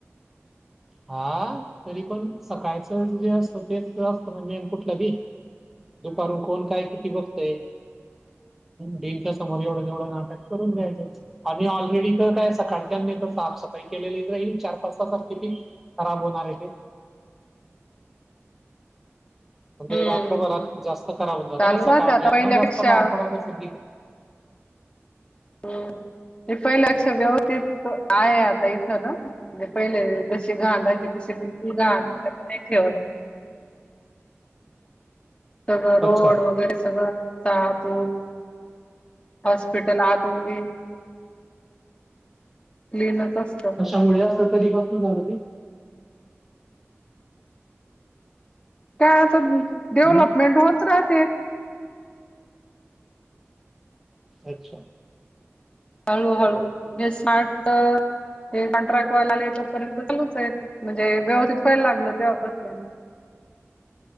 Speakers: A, in the centre; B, on the left.
A: हा तरी पण सकाळचं जे असत तेच असत ना मेन कुठलं बी.
B: <inaudible>
A: दुकानून कोण काय किती बघतय.
B: ह
A: डेनच्या समोर एवढं तेवढं नाटक करून घ्यायचं आणि ऑलरेडी तर काय सकाळ त्यांनी तर साफ-सफाई केलेली जाईल चार, पाच तासात किती खराब होणार आहे ते. म्हणजे
B: हम्म
A: रात्रभरात जास्त करावं <unintelligible>
B: चालू
A: ना
B: राहते
A: सकाळ
B: आता
A: अन् ह्यांना
B: पहिल्यापेक्षा
A: जास्त काम पडव सधी
B: हम्म ते पहिल्यापेक्षा व्यवस्थित आहे आता इथं ना. म्हणजे पहिले जसे घाण राहायचे तशी बिलकुल घाण नाही ठेवत. सगळं रोड
A: अच्छा.
B: वगैरे सगळं <unintelligible> हॉस्पिटल आ <unintelligible> क्लीनच असतं.
A: कश्यामुळे असं कधीपासन झालं ते.
B: काय आता डेव्हलपमेंट
A: हम्म.
B: होत राहते.
A: अच्छा
B: हळूहळू
A: बरं ठीक
B: म्हे
A: आहे.
B: स्मार्ट तर हे कॉन्ट्रॅक्ट वाले आले तोपर्यंत चालूच आहे म्हणजे व्यवस्थित व्हायला लागलं तेव्हापासून.